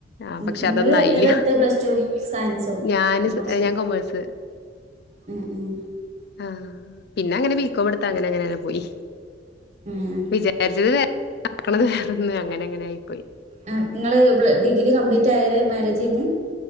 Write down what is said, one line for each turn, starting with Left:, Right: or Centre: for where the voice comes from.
Left: ആഹ്
Right: ഉം
Left: പക്ഷെ
Right: ഇങ്ങള്
Left: അതൊന്നും ആയില്ല
Right: ഏതേട്ത്ത് പ്ലസ് ടു സയൻസോ
Left: ഞാന്
Right: കൊമേഴ്സോ?
Left: ഞാൻ കൊമേഴ്സ്
Right: ഉം ഉം
Left: ആഹ് പിന്നെ അങ്ങനെ ബീക്കോമെടുത്ത് അങ്ങനെ അങ്ങനെങ്ങനെ പോയി.
Right: ഉം
Left: വിചാരിച്ചത് വേ <unintelligible> നടക്കണത് വേറൊന്ന് അങ്ങനെ അങ്ങനെ ആയിപ്പോയി.
Right: ഏം ഇങ്ങള് പ്ല ഡിഗ്രി കംപ്ലീറ്റ് ആയേരേ മേരേജ് കഴിഞ്ഞ്?